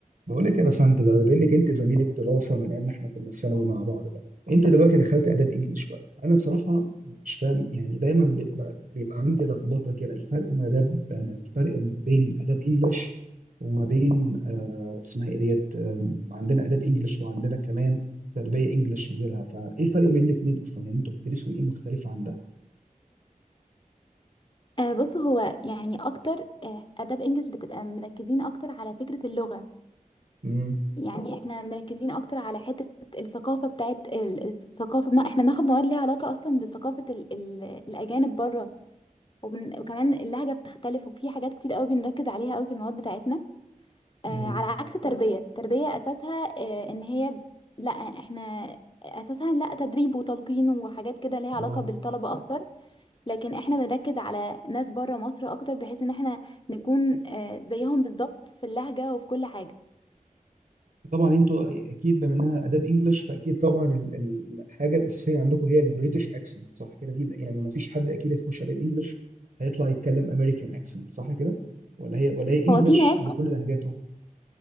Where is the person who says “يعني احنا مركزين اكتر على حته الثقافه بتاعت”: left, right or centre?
Left